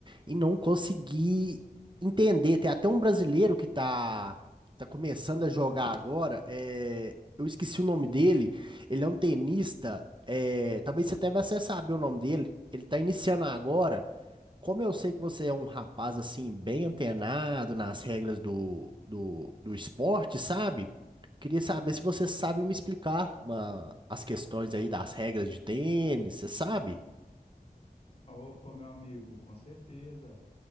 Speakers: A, on the right; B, on the left.
A: e não consegui entender. Tem até um brasileiro que tá, tá começando a jogar agora. é, eu esqueci o nome dele. Ele é um tenista. é, talvez você até vai saber o nome dele. Ele tá iniciando agora. Como eu sei que você é um rapaz assim, bem antenado nas regras do, do, do esporte, sabe? Queria saber se você sabe me explicar uma- as questões aí das regras de tênis, você sabe?
B: Opa, meu amigo, com certeza.